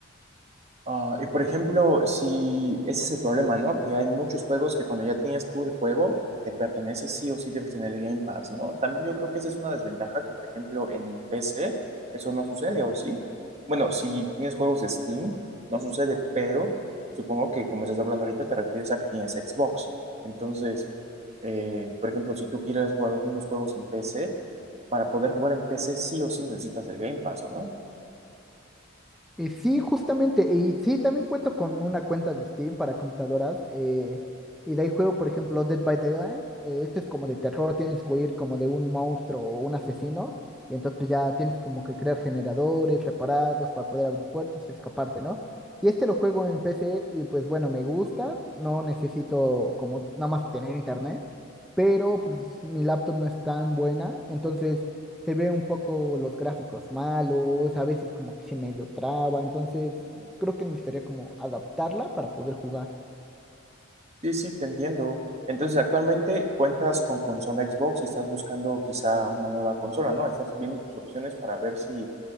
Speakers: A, on the right; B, in the centre.
A: Ah, y por ejemplo, si ese es el problema, ¿no? Que hay muchos juegos que cuando ya tienes tú el juego, te pertenece sí o sí debes tener el Game Pass, ¿no? También yo creo que esa es una desventaja que, por ejemplo, en PC eso no sucede, ¿o sí? Bueno, si tienes juegos de Steam, no sucede, pero supongo que como estás hablando ahorita te refieres a que tienes Xbox. Entonces, eh, por ejemplo, si tú quieres jugar unos juegos en PC, para poder jugar en PC sí o sí necesitas el Game Pass, ¿o no?
B: Y sí, justamente, y sí, también cuento con una cuenta de Steam para computadoras, eh, y de ahí juego, por ejemplo, Dead by Daylight, eh, este es como de terror, tienes que huir como de un monstruo o un asesino, y entonces pues, ya tienes como que crear generadores, repararlos para poder abrir puertas y escaparte, ¿no? Y este lo juego en PC y pues bueno, me gusta, no necesito como nada más tener internet, pero pues mi laptop no es tan buena, entonces se ve un poco los gráficos malos, a veces como que se medio traba, entonces creo que necesitaría como adaptarla para poder jugar.
A: Sí, sí, te entiendo. Entonces, actualmente cuentas con consola Xbox y estás buscando quizá una nueva consola, ¿no? Estás viendo tus opciones para ver si